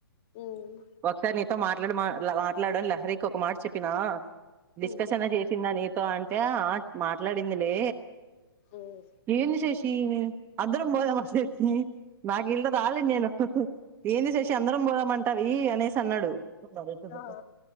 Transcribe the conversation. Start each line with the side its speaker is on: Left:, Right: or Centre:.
Left: మ్మ్
Right: ఒకసారి నీ తొ మాట్లాడి మాట్లాడని లహరికి ఒక మాట చెప్పినా డిస్కషన్
Left: ఉమ్
Right: చేసిందింద న అంతే ఆ మా మాట్లాడిందిలే
Left: ఉమ్
Right: ఏంది శేష్ అందరం పోదాం చేసి నాకు ఇళ్ళ రాలేదు నేను ఏంది చేసి అందరం పోదామంటది అనేసి అన్నాడు కర దస
Left: ఆ